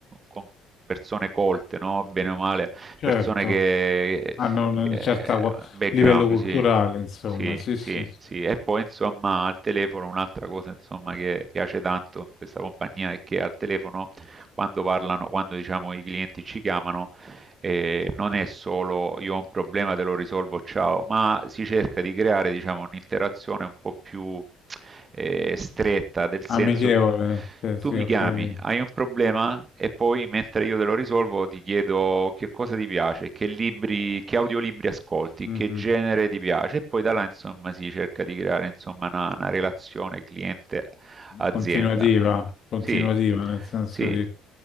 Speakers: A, on the right; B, on the left.
A: con persone colte, no? Bene o male,
B: Certo.
A: persone che,
B: hanno un
A: che
B: certo
A: background,
B: livello culturale,
A: sì.
B: insomma,
A: Sì,
B: sì,
A: sì,
B: sì, sì.
A: sì. E poi insomma al telefono un'altra cosa insomma che piace tanto in questa compagnia è che al telefono quando parlano, quando diciamo i clienti ci chiamano, eh, non è solo io ho un problema, te lo risolvo, ciao, ma si cerca di creare, diciamo, un'interazione un po' più eh, stretta, del senso
B: Amichevole, sì,
A: tu
B: sì,
A: mi
B: ho
A: chiami,
B: capito.
A: hai un problema e poi mentre io te lo risolvo ti chiedo che cosa ti piace, che libri, che audiolibri ascolti,
B: Mhm.
A: che genere ti piace e poi da là insomma si cerca di creare insomma una, una relazione cliente azienda.
B: Continuativa, continuativa,
A: Sì,
B: nel senso
A: sì.
B: di,